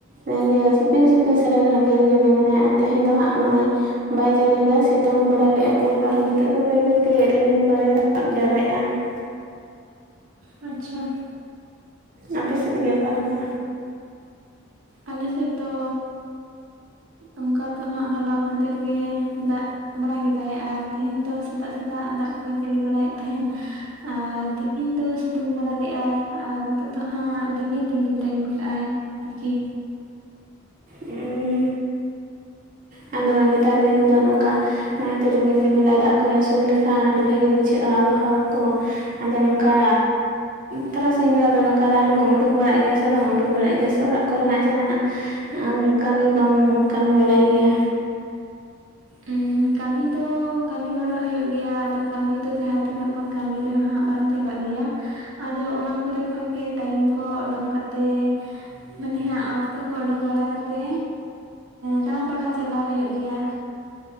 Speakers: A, on the right; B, on the right.
A: ᱤᱭᱟᱹ ᱡᱷᱤᱯᱤᱨ ᱡᱷᱤᱯᱤᱨ ᱥᱟᱨᱟ ᱜᱷᱟᱲᱤᱡ ᱡᱟᱹᱲᱤ ᱨᱮᱜᱮ ᱢᱮᱱᱟᱜ ᱛᱮᱦᱮᱧ ᱫᱚ ᱦᱟᱸᱜ ᱱᱚᱜᱼᱚᱭ ᱵᱟᱭ ᱡᱟᱹᱲᱤᱭᱮᱫᱟ ᱵᱟᱹᱧ ᱵᱟᱲᱟᱭ ᱞᱮᱜᱼᱟ ᱛᱮ ᱫᱚ ᱟᱨᱦᱚᱸ ᱱᱤᱛᱚᱜ ᱫᱚ ᱵᱟᱹᱭ ᱵᱟᱹᱭ ᱛᱮ ᱨᱤᱢᱤᱞ ᱠᱚᱭ ᱨᱟᱠᱟᱵ ᱡᱟᱣᱨᱟᱭᱮᱜᱼᱟ ᱾
B: ᱚ ᱟᱪᱪᱷᱟ ᱾
A: ᱟᱯᱮ ᱥᱮᱫ ᱜᱮ ᱚᱠᱟ ᱞᱮᱠᱟ?
B: ᱟᱞᱮ ᱥᱮᱫ ᱫᱚ ᱚᱱᱠᱟ ᱫᱚ ᱦᱟᱸᱜ ᱦᱚᱞᱟ ᱢᱟᱦᱟᱫᱮᱨ ᱜᱮ ᱫᱟᱜ ᱵᱟᱲᱟ ᱠᱮᱫᱟᱭ ᱟᱨ ᱛᱮᱦᱤᱧ ᱫᱚ ᱥᱮᱛᱟᱜ ᱥᱮᱛᱟᱜ ᱫᱟᱜ ᱠᱚᱭ ᱡᱟᱹᱲᱤ ᱵᱟᱲᱟᱭᱮᱫ ᱛᱟᱦᱮᱱ ᱾ ᱟᱨ ᱛᱤᱠᱤᱱ ᱫᱚ ᱥᱤᱛᱩᱝ ᱵᱟᱲᱟ ᱞᱮᱜᱼᱟᱭ ᱟᱨ ᱱᱤᱛᱚᱜ ᱫᱚ ᱦᱟᱸᱜ ᱨᱤᱢᱤᱞ ᱨᱤᱢᱤᱞ ᱫᱟᱭ ᱜᱚᱴᱟᱭ ᱾ ᱟᱨᱠᱤ
A: ᱦᱩᱸ ᱟᱫᱚ ᱱᱮᱛᱟᱨ ᱫᱤᱱ ᱫᱚ ᱱᱚᱝᱠᱟ ᱱᱚᱜᱼᱚᱭ ᱛᱚ ᱨᱤᱢᱤᱞ ᱨᱤᱢᱤᱞ ᱫᱟᱭ ᱫᱟᱜ ᱫᱟᱜ ᱟᱹᱥᱩᱲ ᱞᱮᱠᱷᱟᱱ ᱟᱹᱰᱤ ᱵᱷᱟᱜᱤ ᱵᱩᱡᱷᱟᱹᱜᱼᱟ ᱟᱵᱚᱦᱟᱣᱟ ᱠᱚ ᱟᱫᱚ ᱱᱚᱝᱠᱟ ᱛᱟᱨᱟᱥᱤᱧ ᱵᱮᱲᱟ ᱫᱚ ᱱᱚᱝᱠᱟ ᱫᱟᱬᱟᱱ ᱠᱚᱢ ᱩᱰᱩᱠ ᱵᱟᱲᱟᱜ ᱜᱮᱭᱟ ᱥᱮ ᱵᱟᱢ ᱩᱰᱩᱠ ᱵᱟᱲᱟᱜ ᱜᱮᱭᱟ ᱥᱮ ᱚᱲᱟᱜ ᱠᱚᱨᱮ ᱱᱟᱜ ᱡᱟᱦᱟᱱᱟᱜ ᱠᱟᱹᱢᱤ ᱠᱚᱢ ᱠᱟᱹᱢᱤ ᱵᱟᱲᱟᱭ ᱜᱮᱭᱟ?
B: ᱩᱸ ᱠᱟᱹᱢᱤ ᱫᱚ ᱠᱟᱹᱢᱤ ᱵᱟᱲᱟ ᱦᱩᱭᱩᱜ ᱜᱮᱭᱟ ᱟᱫᱚ ᱠᱟᱹᱢᱤ ᱫᱚ ᱡᱟᱦᱟᱸ ᱛᱤᱱᱟᱹᱜ ᱵᱚᱱ ᱠᱟᱹᱢᱤ ᱨᱮᱦᱚᱸ ᱦᱟᱸᱜ ᱵᱟᱝ ᱪᱟᱵᱟᱜ ᱜᱮᱭᱟ ᱾ ᱟᱫᱚ ᱚᱱᱟ ᱠᱚᱨᱮ ᱠᱷᱚᱱ ᱜᱮ ᱴᱟᱭᱤᱢ ᱠᱚ ᱚᱰᱩᱝ ᱠᱟᱛᱮ ᱢᱟᱱᱮ ᱦᱟᱸᱜ ᱚᱠᱛᱚ ᱠᱚ ᱚᱰᱳᱠ ᱵᱟᱲᱟ ᱠᱟᱛᱮ ᱫᱟᱬᱟ ᱵᱟᱲᱟ ᱪᱟᱞᱟᱣ ᱦᱩᱭᱩᱜ ᱜᱮᱭᱟ